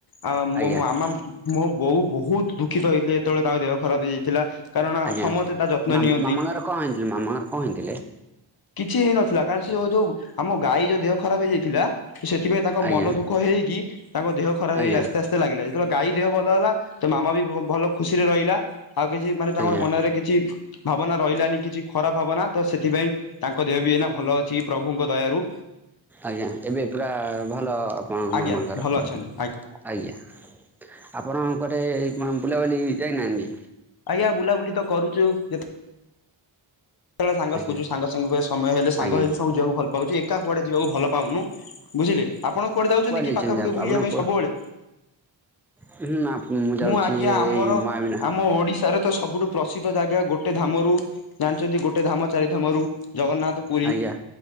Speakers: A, on the left; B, in the centre.
A: ଆ ମୋ
B: ଆଜ୍ଞା
A: ଆମ ମୋ ବୋଉ ବହୁତ ଦୁଃଖିତ ହେଇଥିଲେ ଯେତେବେଳେ ତାଙ୍କ ଦେହ ଖରାପ ହେଇଯାଇଥିଲା କାରଣ
B: ଆଜ୍ଞା
A: ସମସ୍ତେ ତା ଯତ୍ନ ନିଅନ୍ତି
B: ମାମା ଗଁର କଣ ହେଇଥିଲେ ମାମାଙ୍କର କଣ ହେଇଥିଲେ
A: କିଛି ହେଇନଥିଲା କାରଣ ସେଉ ଯୋଉ ଆମ ଗାଈ ଯୋଉ ଦେହ ଖରାପ ହେଇଯାଇଛି ଥିଲା ସେଥିପାଇଁ ତାଙ୍କ
B: ଆଜ୍ଞା
A: ମନ ଦୁଃଖ ହେଇକି ତାଙ୍କ ଦେହ ଖରାପ
B: ଆଜ୍ଞା
A: ହେଇକି ଆସ୍ତେ ଆସ୍ତେ ଲାଗିଲା ଯେତେବେଳେ ଗାଈ ଦେହ ଭଲ ହେଲା ତ ମାମା ବି ଭଲ <unintelligible> ରହିଲା। ଆଉ କିଛି ମାନେ ତାଙ୍କର
B: ଆଜ୍ଞା
A: ମନରେ କିଛି ଭାବ୍ ଭାବନା ରହିଲାନି କିଛି ଖରାପ ଭାବନା, ତ ସେଥିପାଇଁ ତାଙ୍କ ଦେହ ବି ଏନା ଭଲ ଅଛି ପ୍ରଭୁଙ୍କ ଦୟାରୁ।
B: ଆଜ୍ଞା ।ଏବେ ପୁରା ଭଲ ଆପଣଙ୍କ
A: ଆଜ୍ଞା
B: ମାମାଙ୍କର
A: ଭଲ ଅଛନ୍ତି
B: ଆଜ୍ଞା ଆପଣ <unintelligible> ମାନ ବୁଲାବୁଲି ଯାଇନାହାନ୍ତି।
A: ଆଜ୍ଞା ବୁଲାବୁଲି ତ କରୁଛୁ <inaudible> ସେତେବେଳେ ସାଙ୍ଗ
B: ଆଜ୍ଞା
A: ଶିଖୁଛୁ ସାଙ୍ଗ ସାଙ୍ଗ ସମୟ ହେଲେ ସାଙ୍ଗ
B: ଆଜ୍ଞା
A: ହେଇକି ସବୁ ଯିବାକୁ ଭଲ ପାଉଛୁ, ଏକା କୁଆଡେ ଯିବାକୁ ଭଲ ପାଉନୁ ବୁଝିଲେ ଆପଣ କୁଆଡେ ଯାଉଛନ୍ତି
B: କୁଆଡ଼େ
A: କି
B: ଯାଇଛନ୍ତି
A: ପାଖା ପାାଖି ବୁଲିବା
B: ଆପଣ
A: ପାଇଁ
B: କୁହ
A: ସବୁବେଳେ,
B: ହୁଁ ଯାଉଛି
A: ମୁଁ ଆଜ୍ଞା ଆମର
B: ଏଇ ମହାବିନା
A: ଆମ ଓଡିଶାର ତ ସବୁଠୁ ପ୍ରସିଦ୍ଧ ଜାଗା ଗୋଟେ ଧାମ ରୁ ଜା ଯଦି ଗୋଟେ ଧାମ ଚାରି ଧାମ ରୁ ଜଗନ୍ନାଥ ପୁରୀ,
B: ଆଜ୍ଞା